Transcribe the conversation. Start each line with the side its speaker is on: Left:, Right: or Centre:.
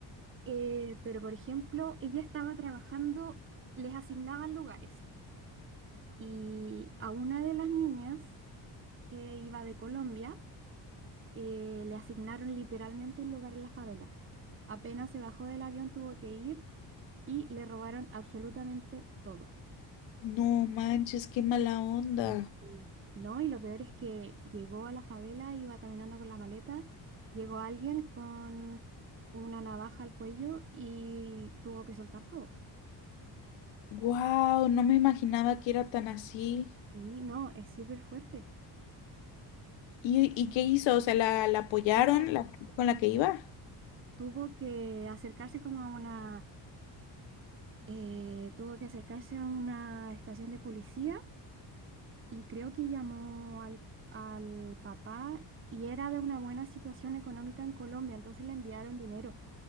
Right: eh, pero por ejemplo, ella estaba trabajando, les asignaban lugares y a una de las niñas que iba de Colombia, eh, le asignaron literalmente un lugar en la favela. Apenas se bajó del avión, tuvo que ir y le robaron absolutamente todo.
Left: No manches, qué mala onda.
Right: Y- y- No, y lo peor es que llegó a la favela, iba caminando con la maleta, llegó alguien con una navaja al cuello y tuvo que soltar todo.
Left: Wow, no me imaginaba que era tan así.
Right: Y no, es súper fuerte.
Left: ¿Y, y qué hizo? O sea, ¿la, la apoyaron
Right: Ella
Left: la gente con la que iba?
Right: tuvo que acercarse como a una, eh, tuvo que acercarse a una estación de policía y creo que llamó al, al papá y era de una buena situación económica en Colombia, entonces le enviaron dinero.